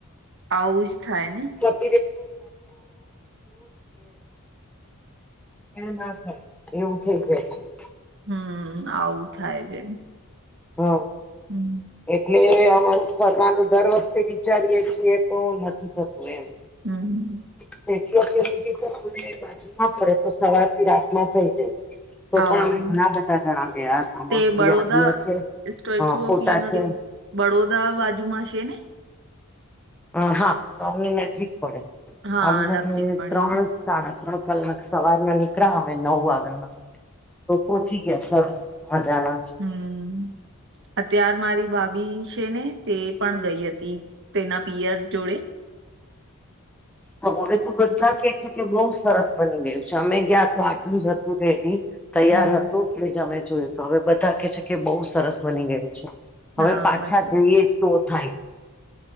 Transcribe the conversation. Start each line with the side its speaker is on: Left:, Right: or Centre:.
Right: આવું જ થાય ને
Centre: <inaudible> મેળ ના થાય એવું થઈ જાય
Right: હમ આવું થાય છે
Centre: હા
Right: હમ
Centre: એટલે અમારું ફરવાનું દર વખતે વિચારીએ છીએ તો નથી થતું એમ
Right: હમ
Centre: સ્ટેચ્યુ ઓફ યુનિટી તો બાજુમાં પડે તો સવાર થી રાતમાં થઇ જાય તો
Right: આવું
Centre: પણ અમે ઘણા બધા જણા ગયા મસ્ત
Right: તે બડોદા
Centre: યાદીઓ છે
Right: સ્ટેચ્યુ
Centre: અ ફોટા
Right: ઓફ યુનિટી
Centre: છે
Right: બડોદરા બાજુમાં છે ને
Centre: અ હા તો અમને નજીક પડે
Right: હા
Centre: અમને
Right: નજીક પડે
Centre: ત્રણ સાડા ત્રણ કલાક સવાર ના નીકળા અમે નવ વાગના તો પહોંચી ગયા સરસ હજાના
Right: હમ અત્યાર મારી ભાભી છે ને તે પણ ગઈ હતી તેના પીયર જોડે
Centre: હ હવે તો બધા કે છે કે બહુ સરસ બની ગયું છે અમે ગયા તો આટલું જ હતું રેડી તૈયાર
Right: હમ
Centre: હતું કે જ અમે જોયું તો હવે બધા કે છે કે બહુ સરસ બની ગયું છે હવે
Right: હા
Centre: પાછા
Right: બધું
Centre: જઈએ તો થાય